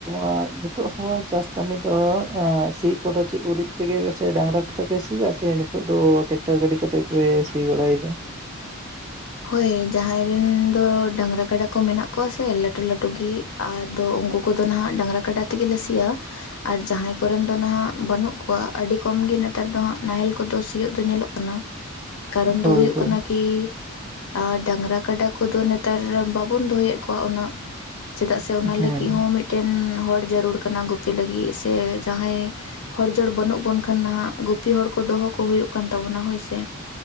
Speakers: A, on the right (about 20°); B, on the left (about 75°).
A: ᱟᱸ ᱱᱤᱛᱚᱜ ᱦᱚᱸ ᱪᱟᱥ ᱠᱟᱢᱤ ᱫᱚ ᱮᱸ ᱥᱤ ᱠᱚᱫᱚ ᱪᱤᱜ ᱩᱨᱤᱡᱼᱼ ᱛᱮᱜᱮ ᱥᱮ ᱰᱟᱝᱜᱽᱨᱟ ᱠᱚᱛᱮ ᱯᱮ ᱥᱤᱭᱟ ᱥᱮ ᱱᱤᱛᱚᱜ ᱫᱚ ᱴᱮᱠᱴᱟᱨ ᱜᱟᱹᱰᱤ ᱠᱚᱛᱮ ᱯᱮ ᱥᱤ ᱵᱟᱲᱟᱭ ᱫᱟ?
B: ᱦᱳᱭ ᱡᱟᱦᱟᱸᱭ ᱨᱮᱱ ᱫᱚ ᱰᱟᱝᱜᱽᱨᱟ ᱠᱟᱰᱟ ᱠᱚ ᱢᱮᱱᱟᱜ ᱠᱚᱣᱟ ᱥᱮ, ᱞᱟᱹᱴᱩ ᱞᱟᱹᱴᱩ ᱜᱤᱼᱼ ᱟᱫᱚ ᱩᱱᱠᱩ ᱠᱚᱫᱚ ᱱᱟᱦᱟᱸᱜ ᱰᱟᱝᱜᱽᱨᱟ ᱠᱟᱰᱟ ᱛᱮᱜᱮ ᱞᱮ‌ ᱥᱤᱭᱟ᱾ ᱟᱨ ᱡᱟᱦᱟᱸᱭ ᱠᱚᱨ ᱮᱱ ᱫᱚ ᱱᱟᱦᱟᱸᱜ ᱵᱟᱹᱱᱩᱜ ᱠᱚᱣᱟᱼᱼ ᱟᱹᱰᱤ ᱠᱚᱢ ᱜᱮ ᱱᱮᱛᱟᱨ ᱫᱚ ᱦᱟᱸᱜ ᱱᱟᱦᱮᱞ ᱠᱚᱫᱚ ᱥᱤᱭᱟᱜ ᱫᱚ ᱧᱮᱞᱚᱜ ᱠᱟᱱᱟ ᱠᱟᱨᱚᱱ
A: ᱦᱳᱭ
B: ᱫᱚ ᱦᱩᱭᱩᱜ
A: ᱦᱳᱭ
B: ᱠᱟᱱᱟᱼᱼ ᱠᱤᱻ ᱟᱨ ᱰᱟᱝᱨᱟ ᱠᱟᱰᱟ ᱠᱩᱫᱚ ᱱᱮᱛᱟᱨ ᱵᱟᱵᱩᱱ ᱫᱚᱦᱚᱭᱮᱜ ᱠᱚᱣᱟ ᱩᱱᱟᱹᱜ᱾ ᱪᱮᱫᱟᱜ ᱥᱮ ᱚᱱᱟ
A: ᱦᱮᱸ
B: ᱞᱟᱹᱜᱤᱫ ᱦᱚᱸ ᱢᱤᱫᱴᱮᱱ ᱦᱚᱲ ᱡᱟᱹᱨᱩᱲ ᱠᱟᱱᱟ ᱜᱩᱯᱤ ᱞᱟᱹᱜᱤᱫ ᱥᱮ ᱡᱟᱦᱟᱸᱭᱼᱼ ᱦᱚᱲ ᱡᱚᱲ ᱵᱟᱹᱱᱩᱜ ᱵᱚᱱ ᱠᱷᱟᱱ ᱱᱟᱦᱟᱸᱜ ᱜᱩᱯᱤ ᱦᱚᱲ ᱠᱚ ᱫᱚᱦᱚ ᱠᱚ ᱦᱩᱭᱩᱜ ᱠᱟᱱ ᱛᱟᱵᱚᱱᱟ ᱦᱳᱭ ᱥᱮ᱾